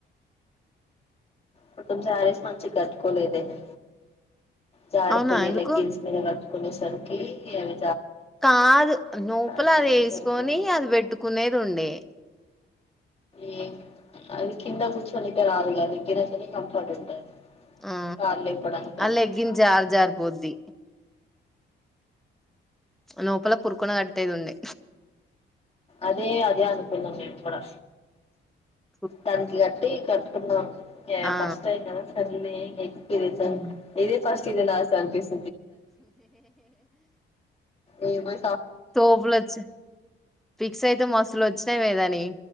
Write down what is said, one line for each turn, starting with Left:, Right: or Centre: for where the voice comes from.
Left: పటుమ్ సారీస్ మంచిగ కట్టుకోలేదేమో జారిపోయే
Centre: అవునా ఎందుకు?
Left: లెగ్గిన్స్ మీ వా కొనేసర్కి అది
Centre: కాదు లోపల
Left: ఆడకునేసరికి
Centre: అది వేసుకొని అది పెట్టుకునేది ఉండే
Left: ఏ అది కింద కుచోనిక రాదుగా అది గినచనే కంఫర్ట్ ఉంటది
Centre: ఆ
Left: కాళ్ళు లేపడానికి
Centre: అలెగ్గిన్
Left: అవి ఇవి రావు
Centre: జార్ జారు పోద్ది లోపల పురుకున కట్టేది ఉండే
Left: అదే అదాను న్నాం నేను కూడా
Centre: హు
Left: దానికి కట్టి కట్టుకున్నాం
Centre: ఆ!
Left: ఫస్ట్ టైం కద సరే నే నీకు ఇదే పస్
Centre: హ్మ్.
Left: ఇదే పస్ట్ చిన నా చంపేసి ఏ మ
Centre: తోపులు వచ్ ఫిక్స్ అయితే మసలు వచ్చి తేమేదాని